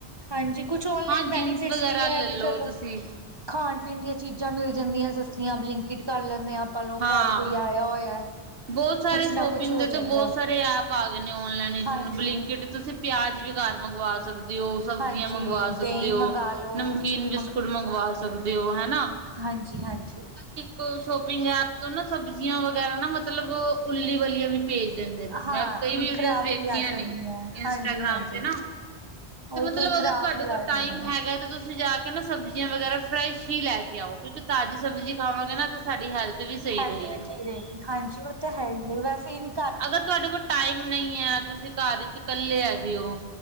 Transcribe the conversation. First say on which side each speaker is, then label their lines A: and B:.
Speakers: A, on the right (about 25°); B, on the right (about 65°).
A: ਹਾਂਜੀ, ਕੁਛ ਔਨਲਾਈਨ
B: ਹਾਂ
A: ਬੈਨੀਫਿਟਸ
B: ਜੀਨਸ ਵਗੈਰਾ
A: ਵੀ ਇਹ
B: ਲੈ
A: ਵੀ
B: ਲਓ
A: ਚਲੋ
B: ਤੁਸੀਂ
A: ਖਾਣ-ਪੀਣ ਦੀਆਂ ਚੀਜ਼ਾਂ ਮਿਲ ਜਾਂਦੀਆਂ ਸਸਤੀਆਂ, ਬਲਿੰਕਿਟ ਕਰ ਲੈਂਦੇ ਹਾਂ। ਪਾ ਲਓ,
B: ਹਾਂ
A: ਘਰ ਕੋਈ ਆਇਆ ਹੋਇਆ
B: ਬਹੁਤ ਸਾਰੇ
A: ਕੁਛ
B: ਸ਼ੋਪਿੰਗ
A: ਨਾ ਕੁਛ ਹੋ
B: ਦੇ
A: ਜਾਂਦਾ
B: ਤੇ ਬਹੁਤ ਸਾਰੇ ਐਪ ਆ ਗਏ ਨੇ, ਔਨਲਾਈਨ
A: ਹਾਂਜੀ
B: ਬਲਿੰਕ ਜਿਵੇ ਤੁਸੀਂ ਪਿਆਜ ਵੀ ਘਰ ਮੰਗਵਾ ਸਕਦੇ ਹੋ, ਸਬਜ਼ੀਆਂ
A: ਹਾਂਜੀ
B: ਮੰਗਵਾ
A: ਦਹੀਂ
B: ਸਕਦੇ ਹੋ,
A: ਮੰਗਵਾ ਲੋ
B: ਨਮਕੀਨ
A: ਕੁਛ ਵੀ
B: ਬਿਸਕੁਟ ਮੰਗਵਾ ਸਕਦੇ ਹੋ ਹੈਨਾ।
A: ਹਾਂਜੀ-ਹਾਂਜੀ
B: ਕੋਈ ਸ਼ੋਪਿੰਗ ਐਪ ਤੋਂ ਨਾ ਸਬਜ਼ੀਆਂ ਵਗੈਰਾ ਨਾ ਮਤਲਬ ਉੱਲੀ ਵਾਲੀਆਂ ਵੀ ਭੇਜ ਦਿੰਦੇ ਮੈਂ
A: ਹਾਂ
B: ਕਈ ਵੀਡੀਓਜ਼
A: ਖ਼ਰਾਬ
B: ਵੇਖੀਆਂ
A: ਵੀ ਆ ਜਾਂਦੀਆਂ
B: ਨੇ, ਇੰਸਟਾਗ੍ਰਾਮ
A: ਹਾਂਜੀ-ਹਾਂਜੀ
B: ਤੇ ਨਾ
A: ਉਹੀ
B: ਤੇ ਮਤਲਬ
A: ਕਈ ਖ਼ਰਾਬ
B: ਅਗਰ ਤੁਹਾਡੇ
A: ਵੀ
B: ਕੋਲ
A: ਆ
B: ਟਾਈਮ
A: ਜਾਂਦੀਆਂ।
B: ਹੈਗਾ ਤੇ ਤੁਸੀਂ ਤੁਸੀਂ ਜਾ ਕੇ ਨਾ ਸਬਜ਼ੀਆਂ ਵਗੈਰਾ ਫਰੈਸ਼ ਹੀ ਲੈ ਕੇ ਆਓ। ਕਿਉਂਕਿ ਤਾਜ਼ੀ ਸਬਜ਼ੀ ਖਾਵਾਂਗੇ ਨਾ ਸਾਡੀ ਹੈਲਥ ਵੀ ਸਹੀ
A: ਹੈਲਥ
B: ਰਹੇਗੀ।
A: ਵੀ ਠੀਕ ਰਹੇਗੀ ਹਾਂਜੀ ਉਹ ਤਾਂ ਹੈ ਹੀ ਹੈ ਵੈਸੇ ਇਹ ਵੀ।
B: ਅਗਰ ਤੁਹਾਡੇ ਕੋਲ ਟਾਈਮ ਨਹੀਂ ਹੈ ਤੁਸੀਂ ਘਰ ਵਿੱਚ ਇਕੱਲੇ ਹੈਗੇ ਹੋ।